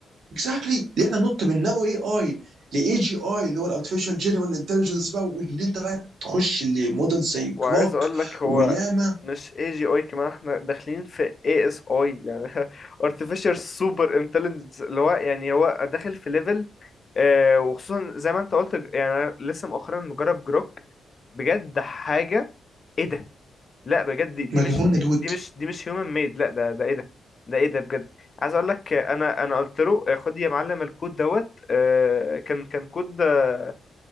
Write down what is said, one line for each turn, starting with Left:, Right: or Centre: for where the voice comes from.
Right: اكزاكتلي اللي احنا ننط من نابو اي اي لاي جي اي اللي هو الارتفيشال جنرال انتليجنس بقى واللي انت بقى تخش لموديل زي
Left: وعايز
Right: كراك
Left: اقول لك هو
Right: ولاما
Left: مش اي جي اي كمان احنا داخلين في اي اس اي يعني <laughs> artificial super intelligence اللي هو يعني هو داخل في ليفل آه وخصوصا زي ما انت قلت يعني أنا لسه مؤخرا مجرب جروك بجد حاجة ايه ده لا بجد دي, دي
Right: مجنون
Left: مش دي,
Right: الود
Left: دي مش دي مش هيومن ميد لا ده ده ايه ده ده ايه ده بجد عايز اقول لك آه، انا انا قلت له آه، خد يا معلم الكود دوت آه، كان كان كود آه،